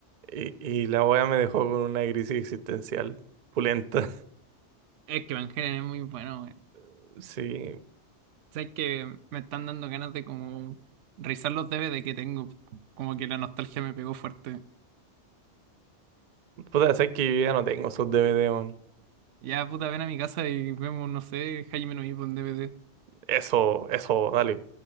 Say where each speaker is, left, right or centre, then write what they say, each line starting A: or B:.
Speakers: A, on the right; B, on the right.
A: y, y la wea me dejó con una crisis existencial pulenta.
B: Es que Evangelion es muy bueno,
A: <laughs> Sí,
B: Sabes que me están dando ganas de como revisar los DVD que tengo. Como que la nostalgia me pegó fuerte.
A: puta, sé que yo ya no tengo esos DVD, weón.
B: Ya, puta, ven a mi casa y vemos, no sé, Jaime Nuivo en DVD.
A: Eso, eso, dale.